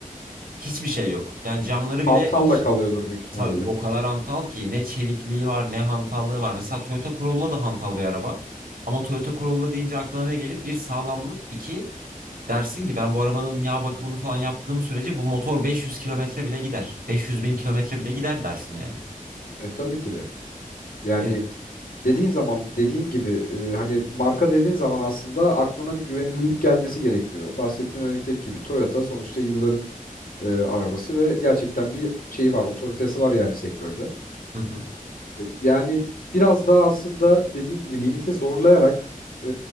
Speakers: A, on the right; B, on the left.
A: Hiçbir şey yok. Yani camları
B: Hantal
A: bile ş-
B: da kalıyordur büyük ihtimalle.
A: ta- o kadar hantal ki ne çevikliği var ne hantallığı var. Mesela Toyota Corolla da hantal bir araba. Ama Toyota Corolla deyince aklına ne gelir? Bir sağlamlık, iki Dersin ki ben bu arabanın yağ bakımını falan yaptığım sürece bu motor 500 kilometre bile gider. 500 bin kilometre bile gider dersin yani.
B: E tabii ki de. Yani
A: E,
B: dediğin zaman dediğin gibi e, hani marka dediğin zaman aslında aklına bir güvenilirlik gelmesi gerekiyor. Bahsettiğin örnekteki gibi Toyota sonuçta yılların e, arabası ve gerçekten bir şeyi var, otoritesi var yani sektörde.
A: hı hı,
B: E, Yani biraz daha aslında dediğin gibi limiti zorlayarak e,